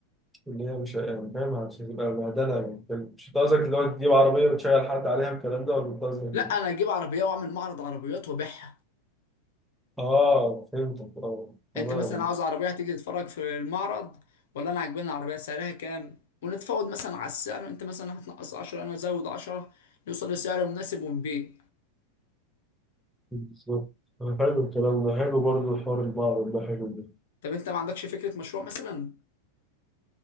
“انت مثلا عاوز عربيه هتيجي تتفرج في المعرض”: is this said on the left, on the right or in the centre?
Left